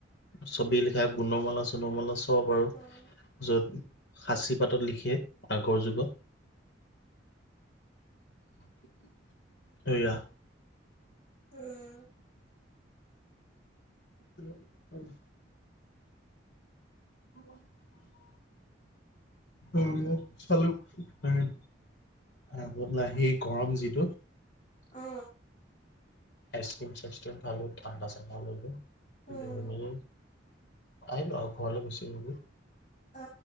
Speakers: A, on the left (about 65°); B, on the left (about 40°).
A: ছবি লিখা গুণমালা চুনমালা চব চাব পাৰো
B: উম
A: য'ত সাচি পাতত লিখে। আগৰ যুগত সেয়া
B: উম
A: উম উম। <unintelligible> আৰু ইয়াত চালোঁ উম আগৰ লাহি গৰম যিটো
B: অ
A: আইচক্ৰীম চাইচক্ৰীম খালোঁ ঠাণ্ডা চাণ্ডা ললোঁ এইবোৰ
B: উম
A: তেনেকেই আহিলো আও ঘৰলে গুচি আহিলো
B: অ